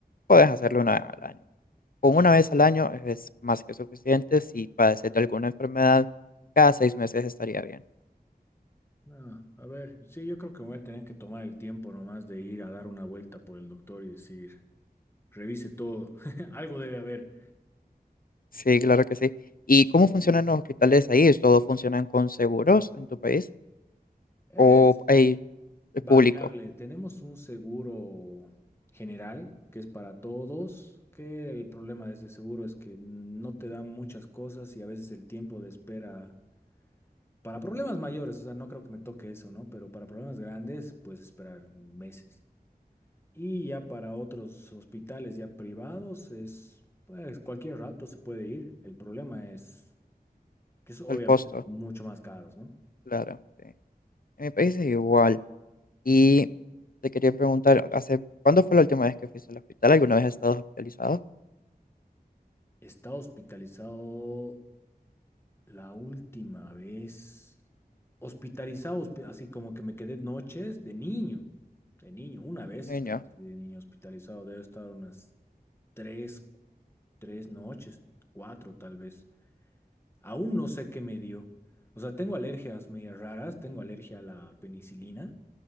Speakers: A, on the left; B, on the left.
A: puedes hacerlo una vez al año. Con una vez al año es más que suficiente. Si padeces de alguna enfermedad, cada seis meses estaría bien.
B: No, a ver, sí, yo creo que voy a tener que tomar el tiempo nomás de ir a dar una vuelta por el doctor y decir. Revise todo. <laughs> Algo debe haber.
A: Sí, claro que sí. ¿Y cómo
B: Sí.
A: funcionan los hospitales ahí? ¿Todos funcionan con seguros en tu país?
B: Es
A: ¿O hay el
B: variable.
A: público?
B: Tenemos un seguro general que es para todos, que el problema de ese seguro es que no te dan muchas cosas y a veces el tiempo de espera para problemas mayores, o sea, no creo que me toque eso, ¿no? Pero para problemas grandes, pues esperar meses. Y ya para otros hospitales ya privados es, pues cualquier rato se puede ir. El problema es que es obviamente
A: El costo,
B: mucho más caros, ¿no?
A: claro. sí. En mi país es igual. Y te quería preguntar, ¿hace cuándo fue la última vez que fuiste al hospital? ¿Alguna vez has estado hospitalizado?
B: Está hospitalizado la última vez. Hospitalizado, hospi- así como que me quedé noches de niño. De niño, una vez
A: Niño.
B: estaba así de niño hospitalizado. Debe estar unas tres, tres noches, cuatro tal vez. Aún no sé qué me dio. O sea, tengo alergias medias raras. Tengo alergia a la penicilina